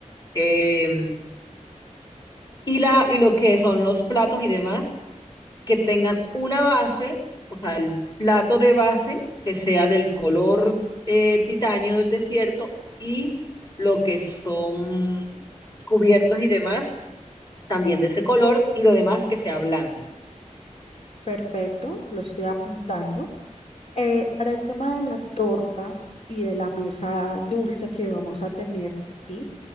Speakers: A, on the left (about 30°); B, on the left (about 60°).
A: eh, y, la, y lo que son los platos y demás. que tengan una base, o sea, el plato de base que sea del color eh, titanio del desierto y lo que son cubiertos y demás, también de ese color y lo demás que sea blanco.
B: perfecto, lo estoy apuntando. Eh, para el tema de la torta y de la mesa dulce que vamos a tener, ¿sí?